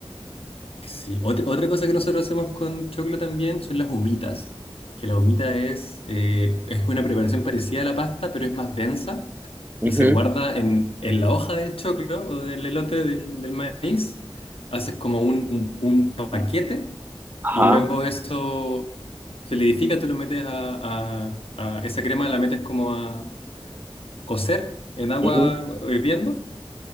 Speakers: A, on the left; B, on the right.
A: Sí. Otra, otra cosa que nosotros hacemos con choclo también son las humitas, que la humita es, eh, es una preparación parecida a la pasta, pero es más densa
B: Ujú,
A: y se guarda en, en la hoja del choclo o del elote del, del maíz. Haces como un, un- un paquete
B: Ajá.
A: y luego eso solidifica, tú lo metes a, a- a- esa crema, la metes como a cocer en agua
B: ujú,
A: hirviendo